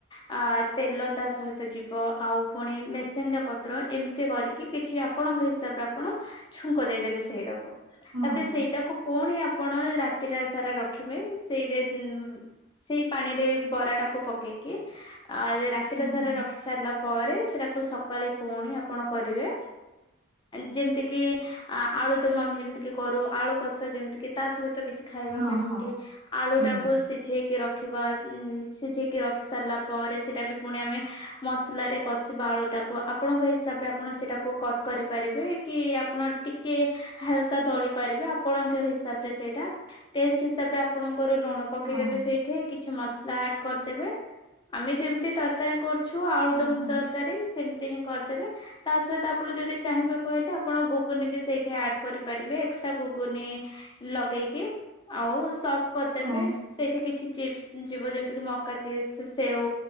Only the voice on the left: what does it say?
ଆ ତେଲ ତା ସହିତ ଯିବ ଆଉ ପୁଣି ମେସିଙ୍ଗା ପତ୍ର ଏମିତି କରିକି କିଛି ଆପଣଙ୍କ ହିସାବରେ ଆପଣ ଛୁଙ୍କ ଦେଇଦେବେ ସେଇଟାକୁ।
ତାପରେ
ସେଇଟାକୁ ପୁଣି ଆପଣ ରାତି ଟା ସାରା ରଖିବେ। ସେଇ ଯେ ସେଇ ପାଣିରେ ବରା ଟାକୁ ପକେଇକି ଆଜ ରା ରାତିଟା
ସାରା
ରଖି ସାରିଲା ପରେ ସେଟାକୁ ସକାଳେ ପୁଣି ଆପଣ କରିବେ ଯେମିତି କିି ଆ ଆଳୁ ଦମ ଆମେ ଯେମିତି କି କରୁ ଆଳୁ କଷା ଯେମିତି କିି ତା ସହିତ କିଛି ଖାଇବା
ପାଇଁ
କି ଆଳୁ
ଟାକୁ ସିଝେଇକି ରଖିବା। ଉ ସିଝେଇକି ରଖି ସାରିଲା ପରେ ସେଟା ବି ପୁଣି ଆମେ ମସଲାରେ କଷିବା ଆଳୁଟାକୁ ଆପଣଙ୍କ ହିସାବରେ ଆପଣ ସେଇଟାକୁ କଟ୍ କରିପାରିବେ। କି ଆପଣ ଟିକେ ହାଲକା ଦଳି ପାରିବେ ଆପଣଙ୍କ ହିସାବ ରେ ସେଇଟା। ଟେଷ୍ଟ ହିସାବରେ ଆ ତାପରେ ଲୁଣ ପକେଇଦେବେ
ସେଇଠି କିଛି ମସଲା ଆଡ କରିଦେବେ। ଆମେ ଯେମତି ତା ତରକାରୀ କରୁଛୁ ଆଳୁଦମ
ତରକାରୀ ସେମିତି ହିଁ କରିଦେବେ। ତା ସହିତ ଆପଣ ଯଦି ଚାହିଁବେ କହିଲେ ଆପଣ ଗୁଗୁନି ବି ସେଇଠି ଆଡ କରିପାରିବେ ଏକ୍ସଟ୍ରା ଗୁଗୁନି ଲଗେଇକି ଆଉ ସର୍ଭ କରିଦେବେ।
ସେଇଠି କିଛି ଚିପ୍ସ ଯିବ ଯେମିତି କି ମକା ଚିପ୍ସ, ସେଓ